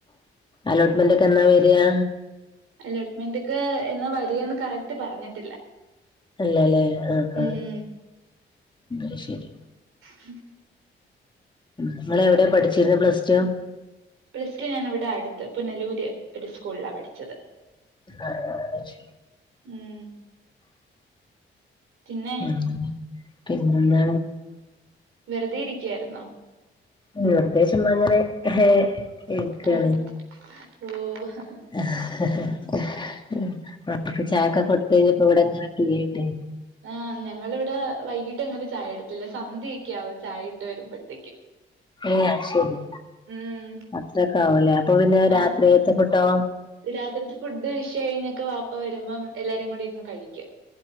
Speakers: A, on the left; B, on the right.
A: അലോട്ട്മെന്റ് ഒക്കൊഎന്നാ വരിയാ
B: അലോട്ട്മെന്റ്ക്ക് എന്നാ വരികന്ന് കറക്റ്റ് പറഞ്ഞിട്ടില്ല
A: അല്ല അല്ലേ ആഹ
B: ഉം
A: ആഹ ഉ ശരി
B: ഉ
A: നിങ്ങൾ എവിടെയാ പഠിച്ചിന്ന് പ്ലസ് ടു
B: പ്ലസ് ടു ഞാൻ ഇവിടെ അടുത്ത് പുനലൂര് ഒരു സ്കൂളിലാ പഠിച്ചത്
A: ആഹ ശ
B: ഉം പിന്നെ
A: ഉ പിന്നെ
B: വെറുതെ ഇരിക്കയായിരുന്നോ
A: നിർദേശമങ്ങനെ ഏഹ് എനിക്കാണ്
B: ആഹ് ഓഹ്
A: ഹെ-ഹെ-ഹെ മക്കൾക്ക് ചായാക്കോകൊട് ത്ത്. ഇവിടങ്ങനെ ഫ്രീയായിട്ട്
B: ആ ഞങ്ങളിവിടെ വൈകീട്ടങ്ങനെ ചായ എടുത്തില്ല സന്ധ്യയൊക്കെയാവും ചായ ഇട്ട് വരുമ്പൊഴത്തേക്ക്
A: ഏ അത്ശെരി
B: ഉം
A: അത്രൊക്കാവുംല്ലേ അപ്പൊ പിന്നെ
B: ആഹ്
A: രാത്രിത്തെ ഫുഡോ
B: രാത്രിത്തെ ഫുഡ്ഡ് ഇശാകഴിഞ്ഞൊക്കെ വാപ്പ വരുമ്പം എല്ലാരും കൂടി ഇരുന്ന് കഴിക്കും